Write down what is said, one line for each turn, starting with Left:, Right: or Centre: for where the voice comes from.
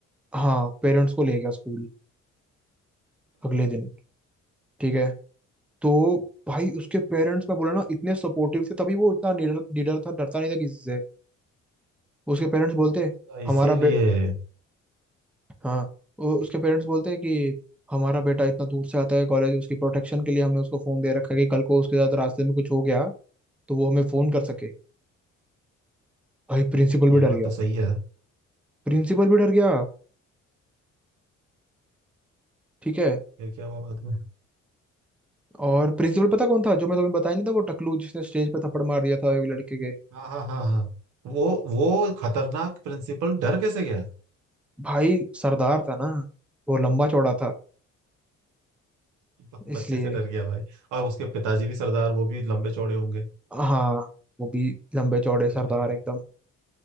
Centre: हाँ पेरेंट्स को ले गया स्कूल अगले
Right: अरे
Centre: दिन ठीक है तो भाई उसके पेरेंट्स मैं बोला ना इतने सपोर्टिव थे तभी वो इतना निडर निडर था डरता नहीं था किसी से उसके पेरेंट्स बोलते
Right: अच्छा, इसीलिए
Centre: हमारा बे हाँ वो- उसके पेरेंट्स बोलते हैं कि हमारा बेटा इतना दूर से आता है कॉलेज उसकी प्रोटेक्शन के लिए हमने उसको फोन दे रखा है कि कल को उसके साथ रास्ते में कुछ हो गया तो वो हमें फोन कर सके भाई प्रिंसिपल भी
Right: ये बात
Centre: डर गया
Right: तो सही है
Centre: प्रिंसिपल भी डर गया ठीक है
Right: फिर क्या हुआ बाद में
Centre: और प्रिंसिपल पता कौन था जो मैं तुम्हें बताया नहीं था वो टकलू जिसने स्टेज पे थप्पड़ मार दिया था एक लड़के के
Right: हाँ हाँ हाँ हाँ वो वो खतरनाक प्रिंसिपल डर कैसे गया
Centre: भाई सरदार था ना वो लंबा चौड़ा था
Right: <laughs>
Centre: इसलिए
Right: बच्चे से डर गया भाई और उसके पिताजी भी सरदार वो भी लंबे चौड़े होंगे
Centre: हाँ वो भी लंबे चौड़े
Right: अरे
Centre: सरदार एकदम